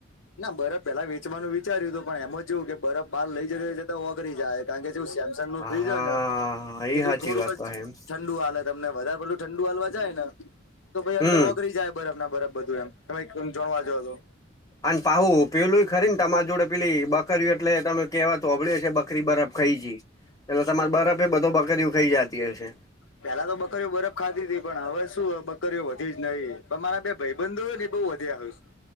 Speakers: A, on the left; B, on the left.
A: ના બરફ પેલા વેચવાનું વિચાર્યું હતું પણ એમ ચેઉ કે બરફ બાર લઈ જ જતા આેગળી જાય કારણ કે ઠંડું
B: હા
A: ફ્રીજ હોય ને એ જો
B: સાચી
A: થોડુંક
B: વાત
A: જ
B: તો હે એમ
A: ઠંડુ આલ તમને વધારે પેલું ઠંડુ આલવા જાય ને તો પછી
B: હમ
A: અંદર ઓગળી જાય બરાફ ના બરાફ બધું એમ, તમે એક ઓમ જોણવા જો તો
B: અન પાહુ પેલું ખરી ને તમારી જોડે પેલી બકર્યું એટલે તમે કેવા હોભળી હશે બકરી બરફ ખઈ જી એટલે તમારે બરફ એ બધો બકરીઓ ખાઈ જાયત તી હસે.
A: પેલા તો બકરીઓ બરફ ખાતી હતી પણ હવે, શું બકરીઓ વધી જ નઈ પણ મારા બે ભયબંધો હોય ન એ બહુ વધ્યા હ